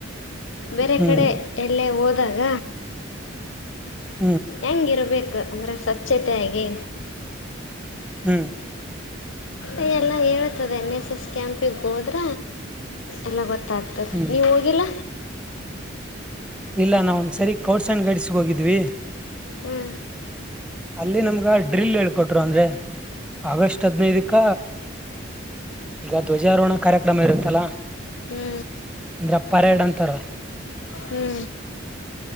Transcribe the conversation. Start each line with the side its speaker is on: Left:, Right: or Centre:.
Left: ಬೇರೆ
Centre: ಹ್ಮ್
Left: ಕಡೆ ಎಲ್ಲೆ ಓ ಅದಾಗ
Centre: <inaudible>
Left: ಹೆಂಗ್ ಇರ್ಬೇಕು ಅಂದ್ರೆ ಸಚ್ ಚತೆಯಾಗಿ.
Centre: ಹ್ಮ್
Left: ಯ ಎಲ್ಲ ಹೇಳೇತದೆ ಎನ್ ಎಸ್ ಎಸ್ ಕ್ಯಾಂಪಿಗೆ ಹೋದ್ರ ಎಲ್ಲ ಗೊತ್ತಾಗ್ತದೆ
Centre: ಹ್ಮ್
Left: ನೀವ್ ಹೋಗಿಲ್ಲ.
Centre: ಇಲ್ಲ ನಾವ ಒಂದ್ ಸರಿ ಸ್ಕೌಡ್ಸ ಅಂಡ್ ಗೈಡ್ಸ್ಗ್ ಹೋಗಿದ್ವಿ.
Left: ಹ್ಞೂ
Centre: ಅಲ್ಲಿ ನಮ್ಗ ಡ್ರಿಲ್ ಹೇಳ್ಕೊಟ್ರು ಅಂದ್ರೆ ಆಗಸ್ಟ್ ಹದ್ನೈದಕ್ಕ ಈಗ ಧ್ವಜಾರೋಹಣ ಕಾರ್ಯಕ್ರಮ ಇರುತ್ತಲ್ಲ
Left: ಹ್ಞೂ
Centre: ಅಂದ್ರೆ ಪರೇಡ್ ಅಂತಾರ.
Left: ಹ್ಞೂ